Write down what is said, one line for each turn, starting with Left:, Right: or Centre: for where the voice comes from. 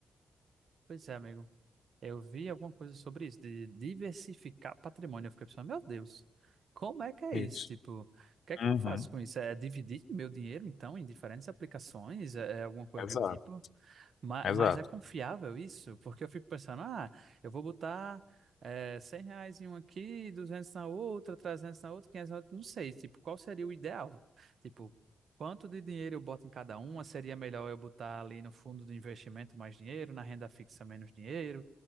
Right: pois é, amigo. Eu vi alguma coisa sobre isso, de diversificar patrimônio. Eu fiquei pensando, meu Deus, como é que é
Left: Isso.
Right: isso? Tipo, o que é que
Left: Uhum.
Right: eu faço com isso? É dividir meu dinheiro, então, em diferentes aplicações? É é alguma coisa
Left: Exato,
Right: do tipo? Ma-
Left: exato.
Right: Mas, é confiável isso? Porque eu fico pensando, ah, eu vou botar eh, 100 reais em um aqui, 200 na outra, 300 na outra, 500 na outra, não sei, tipo, qual seria o ideal? Tipo, quanto de dinheiro eu boto em cada uma? Seria melhor eu botar ali no fundo do investimento mais dinheiro, na renda fixa menos dinheiro?